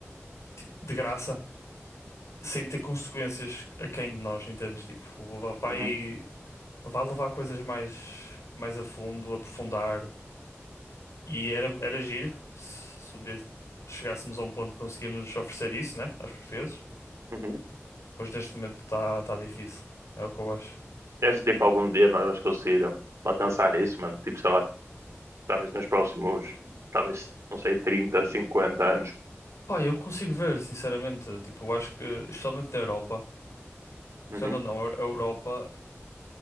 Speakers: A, on the left; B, on the right.
A: tipo, de graça, sem ter consequências a quem de nós, entendes? Tipo, vai,
B: uhum,
A: vai levar coisas mais, mais a fundo, aprofundar. E era, era giro se, se um dia chegássemos a um ponto que conseguíamos oferecer isso, né, aos portugueses.
B: uhum.
A: Mas neste momento está tá tá difícil. É o que eu acho.
B: Queres tipo algum dia nós vamos conseguir uh, alcançar isso, mano? Tipo, sei lá, talvez nos próximos, talvez, não sei, trinta, cinquenta anos.
A: Pá, eu consigo ver, sinceramente. Tipo, eu acho que, especialmente na Europa,
B: Uhum.
A: querendo ou não, a Europa.